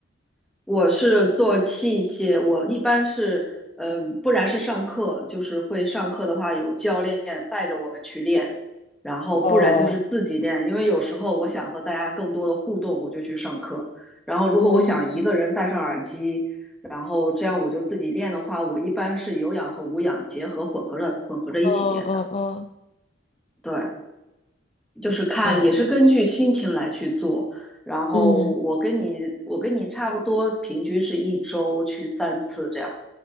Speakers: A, in the centre; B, on the left.
A: 我是做器械，我一般是，嗯，不然是上课，就是会上课的话有教练带着我们去练，然后不然就是自己练，
B: 哦，
A: 因为有时候我想和大家更多的互动，我就去上课。然后如果我想一个人戴上耳机，
B: 嗯，
A: 然后这样我就自己练的话，我一般是有氧和无氧结合混合着混合着一起练的。
B: 哦哦哦
A: 对，就是看也是根据心情来去做。
B: 哦，
A: 然后我跟你我跟你差不多，
B: 嗯
A: 平均是一周去三次这样。